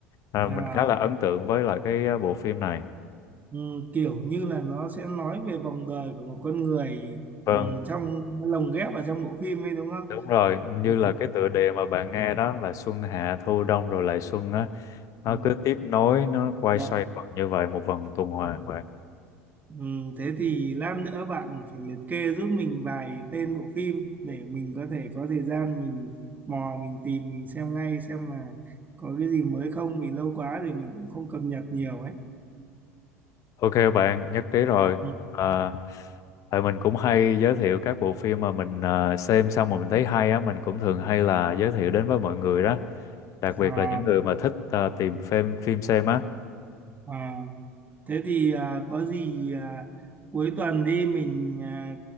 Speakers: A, on the left (about 45°); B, on the right (about 20°).
A: à,
B: À,
A: mình khá là ấn tượng với lại cái ờ, bộ phim này
B: ừ. kiểu như là nó sẽ nói về vòng đời của một con người
A: vâng
B: ừ, trong lồng ghép vào trong bộ phim ấy đúng không
A: đúng rồi như
B: ừ.
A: là cái tựa đề mà bạn nghe đó là xuân hạ thu đông rồi lại xuân á nó
B: Ừ.
A: cứ tiếp nối nó quay
B: ừ,
A: xoay vòng như vậy một vòng tuần hoàn
B: Rồi.
A: vậy
B: Ừ, thế thì lát nữa bạn phải liệt kê giúp mình vài tên bộ phim để mình có thể có thời gian mình mò mình tìm mình xem ngay xem là có cái gì mới không vì lâu quá thì mình cũng không cập nhật nhiều ấy.
A: Ok bạn, nhất trí rồi.
B: Ừ.
A: À, tại mình cũng hay giới thiệu các bộ phim mà mình à, xem xong mà mình thấy hay á, mình cũng thường hay là giới thiệu đến với mọi người đó. Đặc biệt
B: À,
A: là những người mà thích à, tìm phim phim xem á.
B: à. Thế thì à, có gì à, cuối tuần đi mình à,